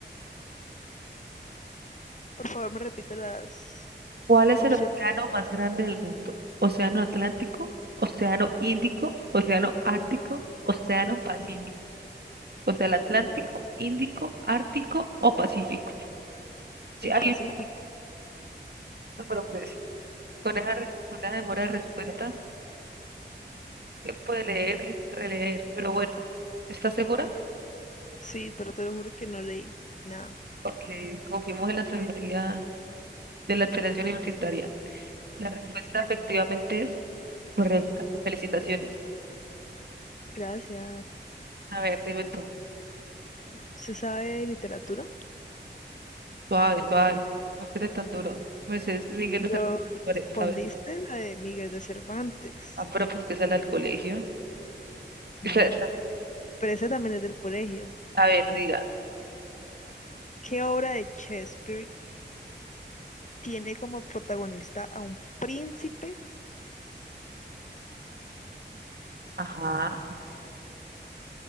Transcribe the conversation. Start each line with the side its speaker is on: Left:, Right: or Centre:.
Left: Por favor, me repite las
Right: ¿Cuál es
Left: opciones
Right: el océano más grande del mundo? ¿Océano Atlántico? ¿Océano Índico? ¿Océano Ártico? ¿Océano Pacífico? contra el Atlántico, Índico, Ártico o Pacífico. Si
Left: del
Right: hay
Left: Pacífico.
Right: un, no, pero pues, con esa, re- con esa demora de respuesta, tiempo de leer y releer. Pero bueno, ¿estás segura?
Left: Sí, pero te lo juro que no leí nada.
Right: Porque confiemos en la sabiduría de la excelencia universitaria. La respuesta efectivamente es correcta. Felicitaciones.
Left: Gracias.
Right: A ver, dime tú.
Left: ¿Se sabe de literatura?
Right: Suave, suave. No me crees tan duro. Mercedes Miguel de
Left: Pero
Right: Cervantes,
Left: respondiste
Right: ¿sabes?
Left: la de Miguel de Cervantes.
Right: Ah, pero pues que sale al colegio.
Left: Mm.
Right: Esa- esa-
Left: Pero esa también es del colegio.
Right: A ver, diga.
Left: ¿Qué obra de Shakespeare tiene como protagonista a un príncipe?
Right: Ajá.